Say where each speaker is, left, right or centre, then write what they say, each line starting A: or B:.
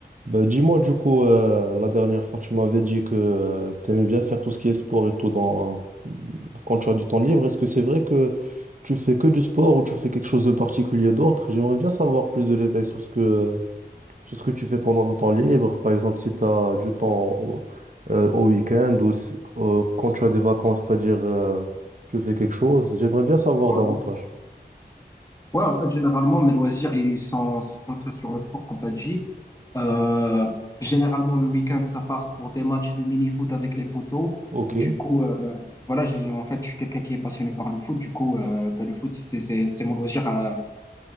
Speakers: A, on the right; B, on the left.
A: Bah, dis-moi du coup, euh, la dernière fois tu m'avais dit que tu aimais bien faire tout ce qui est sport et tout dans... quand tu as du temps libre. Est-ce que c'est vrai que tu fais que du sport ou tu fais quelque chose de particulier d'autre? J'aimerais bien savoir plus de détails sur ce que, sur ce que tu fais pendant ton temps libre. Par exemple, si tu as du temps au, euh, au week-end ou si- euh, quand tu as des vacances, c'est-à-dire euh, tu fais quelque chose. J'aimerais bien savoir
B: Ouais,
A: davantage.
B: Ouais, en fait, généralement, mes loisirs, ils sont centrés sur le sport, comme t'as dit. Euh, généralement, le week-end, ça part pour des matchs de mini-foot avec les potos
A: Ok.
B: Du coup, euh, voilà, j'ai, j'ai- en fait, je suis quelqu'un qui est passionné par le foot. Du coup, euh, ben, le foot, c'est c'est- c'est mon loisir, euh,